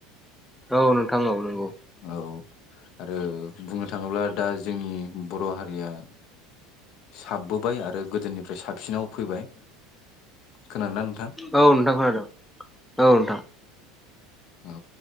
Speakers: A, in the centre; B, on the left.
A: औ नोंथां औ नंगौ नंगौ
B: औ आरो बुंनो थाङोब्ला दा जोंनि बर' हारिया साबबोबाय आरो गोदोनिफ्राय साबसिनाव फैबाय। खोनादोंना नोंथां
A: औ नोंथां खोनादों औ नोंथां
B: औ